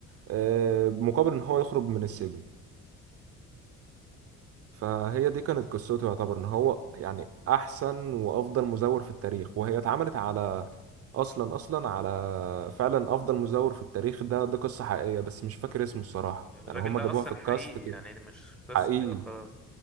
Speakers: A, on the right; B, in the centre.
A: آه، مقابل ان هو يخرج من السجن فهي دي كانت قصته يعتبر ان هو يعني احسن وافضل مزور في التاريخ وهي اتعملت على اصلا اصلا على فعلا افضل مزور في التاريخ ده ده قصة حقيقية بس مش فاكر اسمه الصراحة
B: يعني
A: يعني
B: الراجل
A: هم
B: ده
A: جابوها
B: اصلا
A: في الكاست
B: حقيقي
A: كده
B: يعني دي مش قصة
A: حقيقي
B: كده خلاص